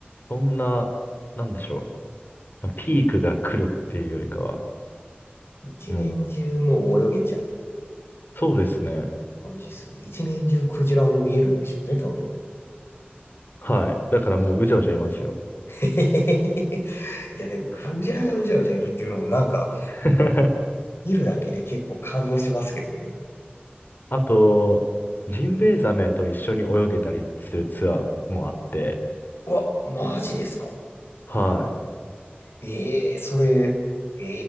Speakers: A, on the left (about 55°); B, on the left (about 85°).
A: そんな、なんでしょう。ピークが来るっていうよりかは、
B: 一年中もう泳げちゃう
A: もう、そうですね。
B: 感じですよね。一年中クジラも見えるんでしょうね、多分。
A: はい。だからもううじゃうじゃいますよ。
B: <laughs> いや、でもクジラがうじゃうじゃいるっていうのもなんか、
A: <laughs>
B: 見るだけで結構感動しますけどね。
A: あと、ジンベエザメと一緒に泳げたりするツアーもあって、
B: うわ、マジですか
A: はい。
B: ええーそれ、え